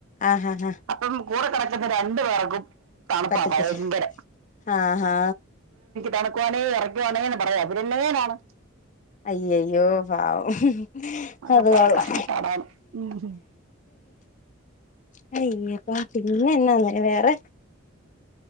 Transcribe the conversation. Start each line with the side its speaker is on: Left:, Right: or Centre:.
Left: ആഹ് ആഹ് ആഹ്
Right: അപ്പം കൂടെ കിടക്കു രണ്ടു പേർക്കും തണുപ്പാ
Left: പറ്റത്തി
Right: ഭയങ്കര
Left: ആ ആ
Right: തണുക്കുവാണേ വെറക്കുവാണേ എന്ന് പറയും. അവര് എന്നചെയ്യാനാണ്
Left: അയ്യയ്യോ പാവം.
Right: അകപ്പാട്
Left: അതു കൊള്ളാം
Right: കഷ്ടപ്പാടാണ് ഉം
Left: അത് കയിഞ്ഞപ്പോ പിന്നെ എന്നാന്ന് വേറെ.